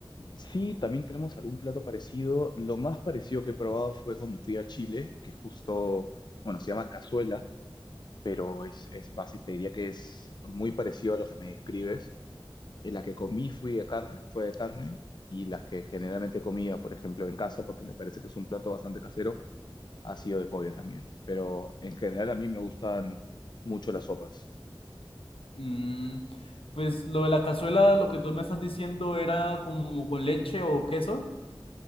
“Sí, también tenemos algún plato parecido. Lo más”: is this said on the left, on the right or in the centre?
Left